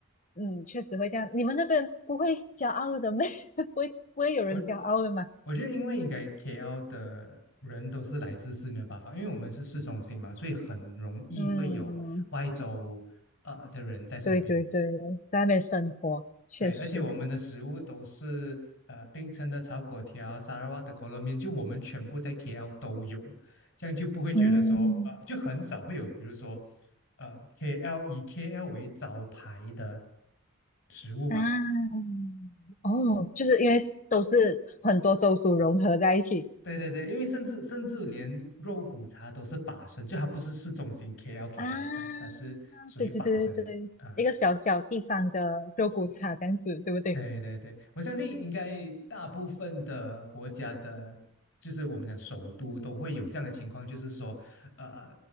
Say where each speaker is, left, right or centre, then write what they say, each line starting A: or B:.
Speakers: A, on the left; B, on the left.
A: 嗯，确实会这样。你们那边不会骄傲的没？<laughs> 不会不会有人骄傲的嘛？
B: 我我觉得因为应该 KL 的人都是来自四面八方，因为我们是市中心嘛，所以很容易会有外州呃的人在身边。
A: 嗯，对对对，在那边生活确实，
B: 对，而且我们的食物都是呃冰城的炒粿条、沙拉瓦的可乐面，就我们全部在 KL 都有，这样就不会觉得说呃就很少会有，
A: 嗯
B: 比如说呃 KL 以 KL 为招牌的食物吧。
A: 啊，哦，就是因为都是很多州属融合在一起
B: 对对对，因为甚至甚至连肉骨茶都是把生，就它不是市中心 KL KL，
A: 啊，
B: 它它是属于把生啊。
A: 对对对对对，一个小小地方的肉骨茶这样子，对不对？
B: 对对对，我相信应该大部分的国家的，就是我们讲首都都会有这样的情况，就是说，呃，